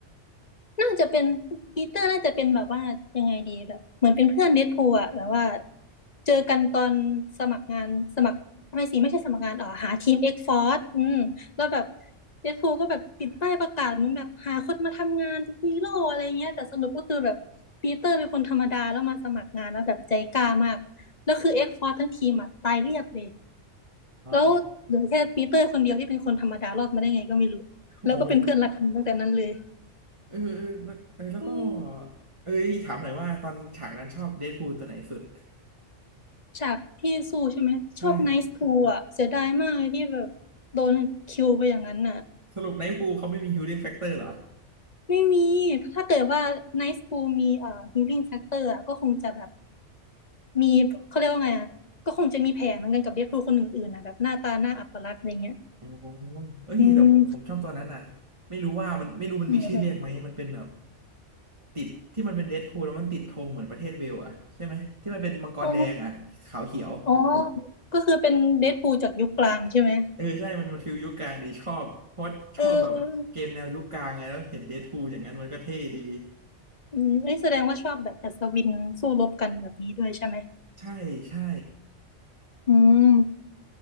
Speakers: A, on the left; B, on the right.
A: น่าจะเป็นปีเตอร์น่าจะเป็นแบบว่ายังไงดีแบบเหมือนเป็นเพื่อนเดดพูลอะแบบว่าเจอกันตอนสมัครงานสมัครไม่สิไม่ใช่สมัครงานอ๋อหาทีมเอ็กฟอร์อืมแล้วแบบเดดพูลก็แบบปิดป้ายประกาศเหมันแบบหาคนมาทำงานเป็นฮีโร่อะไรเงี้ยแต่สรุปก็คือแบบปีเตอร์เป็นคนธรรมดาแล้วมาสมัครงานแล้วแบบใจกล้ามากแล้วคือเอ็กฟอร์ทั้งทีมอะตายเรียบเลย
B: เอา
A: แล้วเหลือแค่ปีเตอร์คนเดียวที่เป็นคนธรรมดารอดมาได้ไงก็ไม่รู้แล้วก็เป็นเพื่อนรักกันตั้งแต่นั้นเลย
B: โอ้เออเออแล้วเออแล้วก็
A: อืม
B: เอ้ยถามหน่อยว่าตอนฉากนั้นชอบเดดพูลตัวไหนสุด
A: ฉากที่สู้ใช่ไหมชอบไนซ์ทูอ่ะเสียดายมากเลยที่แบบโดนคิวไปอย่างนั้นน่ะ
B: ใช่ สรุปไนท์พูลเขาไม่มีฮิลลิ่งแฟกเตอร์เหรอ
A: ไม่มีถ้าเกิดว่าไนซ์ทูมีเอ่อฮีลิ่งแฟกเตอร์อ่ะก็คงจะแบบมีเขาเรียกว่าไงอ่ะก็คงจะมีแผลเหมือนกันกับเดดพูลคนอื่นๆนะแบบหน้าตาหน้าอัปลักษณ์อะไรเงี้ย
B: อ๋อเอ้ยแต่ผมผมชอบตัวนั้นน่ะไม่รู้ว่ามันไม่รู้มันมีชื่อเรียกไหมมันเป็นแบบ
A: อืมไหนเลย
B: ติดที่มันเป็นเดดพูลแล้วมันติดธงเหมือนประเทศเวลส์อ่ะใช่ไหมที่มันเป็นมังกรแดงอ่ะขาวเขียว
A: โอ้อ๋อก็คือเป็นเดดพูลจากยุคกลางใช่ไหม
B: เออใช่มันมันฟิลยุคกลางดีชอบเพราะว่าชอบแบบเกมแนวยุคกลางไงแล้วเห็นเดดพูลอย่างนั้นมันก็เท่ดี
A: เอออืมเอ้ยแสดงว่าชอบแบบอัศวินสู้รบกันแบบนี้ด้วยใช่ไหม
B: ใช่ใช่
A: อืม